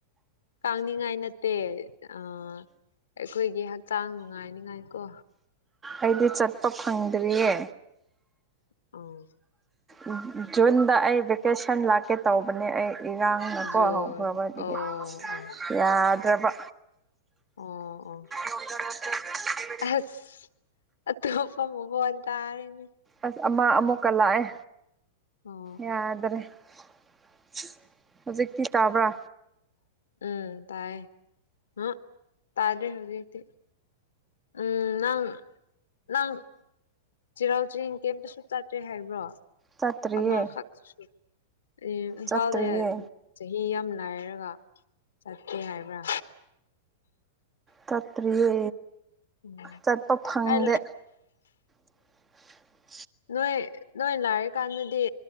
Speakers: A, on the left; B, on the right.
A: ꯇꯥꯡꯅꯤꯡꯉꯥꯏ ꯅꯠꯇꯦ ꯑ ꯑꯩꯈꯣꯏꯒꯤ ꯍꯛꯆꯥꯡ ꯅꯨꯡꯉꯥꯏꯅꯤꯉꯥꯏ ꯀꯣ
B: ꯑꯩꯗꯤ ꯆꯠꯄ ꯐꯪꯗ꯭ꯔꯤꯌꯦ
A: ꯑꯣ
B: ꯎꯝ ꯖꯨꯟꯗ ꯑꯩ ꯚꯦꯀꯦꯁꯟ ꯂꯥꯛꯀꯦ ꯇꯧꯕꯅꯦ ꯑꯩ ꯏꯔꯥꯡ ꯅꯀꯣ
A: ꯖꯨꯟ
B: ꯍꯧꯈ꯭ꯔꯕ ꯑꯗꯨꯒꯤ
A: ꯑꯣ ꯑꯣ
B: ꯌꯥꯗ꯭ꯔꯕ
A: ꯑꯣ ꯑꯣ
B: <unintelligible>
A: ꯑꯁ <unintelligible> ꯑꯇꯣꯞꯄ ꯃꯈꯣꯟ ꯇꯥꯔꯦꯅꯦ
B: ꯑꯁ ꯑꯃ ꯑꯃꯨꯛꯀ ꯂꯥꯛꯑꯦ
A: ꯑꯣ
B: ꯌꯥꯗ꯭ꯔꯦ <unintelligible> ꯍꯧꯖꯤꯛꯇꯤ ꯇꯥꯕ꯭ꯔꯥ
A: ꯎꯝ ꯇꯥꯏꯌꯦ <unintelligible> ꯇꯥꯗ꯭ꯔꯦ ꯍꯧꯖꯤꯛꯇꯤ ꯎꯝ ꯅꯪ ꯅꯪ ꯆꯤꯔꯥꯎ ꯆꯤꯡ ꯀꯩꯝꯇꯁꯨ ꯆꯥꯠꯇ꯭ꯔꯦ ꯍꯥꯏꯕ꯭ꯔꯣ
B: ꯆꯠꯇ꯭ꯔꯤꯌꯦ
A: ꯑꯃꯥꯈꯛꯁꯨ <unintelligible> ꯏꯝꯐꯥꯜꯗ
B: ꯆꯠꯇ꯭ꯔꯤꯌꯦ
A: ꯆꯍꯤ ꯌꯥꯝ ꯂꯥꯏꯔꯒ ꯆꯠꯇꯦ ꯍꯥꯏꯕ꯭ꯔꯥ
B: ꯆꯠꯇ꯭ꯔꯤꯌꯦ
A: ꯎꯝ
B: ꯆꯠꯄ ꯐꯪꯗꯦ
A: ꯀꯥꯏ
B: <unintelligible>
A: ꯅꯣꯏ ꯅꯣꯏ ꯂꯥꯏꯔꯤ ꯀꯥꯟꯗꯗꯤ